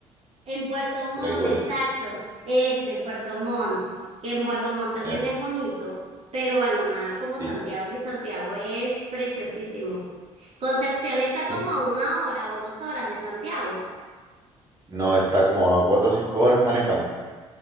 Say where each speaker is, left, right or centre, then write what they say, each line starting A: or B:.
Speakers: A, on the right; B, on the right.
A: En Puerto Montt,
B: Por ahí puede
A: exacto,
B: ser.
A: ese Puerto Montt, que en Puerto Montt también
B: Ya,
A: es bonito, pero bueno, nada como Santiago,
B: Sí,
A: y Santiago es preciosísimo. Concepción está como
B: sí.
A: a una hora o dos horas de Santiago.
B: No está como a 4 o 5 horas manejando.